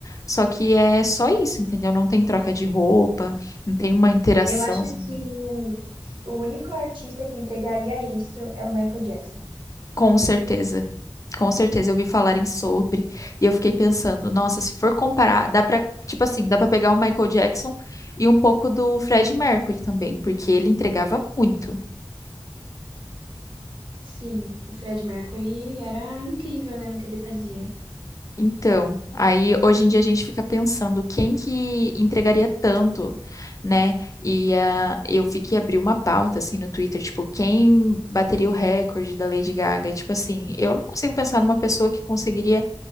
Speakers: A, on the left (about 40°); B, on the right (about 65°).
A: só que é só isso, entendeu? Não tem troca de roupa, não tem uma interação
B: Eu acho
A: assim,
B: que o único artista que entregaria isso é o Michael Jackson.
A: com certeza. Com certeza eu vi falarem sobre e eu fiquei pensando, nossa, se for comparar, dá pra, tipo assim, dá pra pegar o Michael Jackson e um pouco do Fred Mercury também, porque ele entregava muito.
B: Sim, o Fred Mercury era incrível, né, no que ele fazia.
A: Então, aí hoje em dia a gente fica pensando quem que entregaria tanto, né? E ah, eu vi que abriu uma pauta assim no Twitter, tipo, quem bateria o recorde da Lady Gaga? E, tipo assim, eu não consigo pensar numa pessoa que conseguiria